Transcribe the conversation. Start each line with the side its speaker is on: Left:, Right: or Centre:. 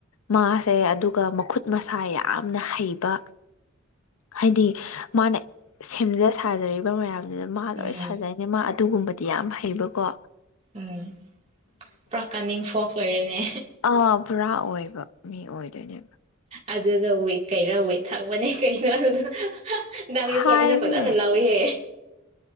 Left: ꯃꯥꯁꯦ ꯑꯗꯨꯒ ꯃꯈꯨꯠ ꯃꯁꯥ ꯌꯥꯝꯅ ꯍꯩꯕ ꯍꯥꯏꯗꯤ ꯃꯥꯅ ꯁꯦꯝꯖ ꯁꯥꯖꯔꯤꯕ ꯃꯌꯥꯝ ꯑꯗꯨꯗ ꯃꯥ ꯂꯣꯏ
Right: ꯎꯝ
Left: ꯁꯥꯖꯩꯅꯦ ꯃꯥ ꯑꯗꯨꯒꯨꯝꯕꯗꯤ ꯌꯥꯝ ꯍꯩꯕꯀꯣ
Right: ꯎꯝ ꯄꯨꯔꯥ ꯀꯥꯅꯤꯡ ꯐꯣꯛꯁ ꯑꯣꯏꯔꯦꯅꯦ
Left: ꯑ ꯄꯨꯔꯥ ꯑꯣꯏꯕ ꯃꯤ ꯑꯣꯏꯗꯣꯏꯅꯦꯕ
Right: ꯑꯗꯨꯒ ꯎꯣꯏꯠ ꯀꯩꯔꯥ ꯎꯋꯠ ꯊꯛꯕꯅꯦ ꯀꯩꯅꯣ ꯑꯗꯨꯗ ꯅꯪ ꯏ
Left: ꯍꯥꯏꯕꯅꯦ
Right: ꯐꯣꯔꯃꯦꯁꯦ ꯐꯖꯅ ꯂꯥꯎꯏꯍꯦ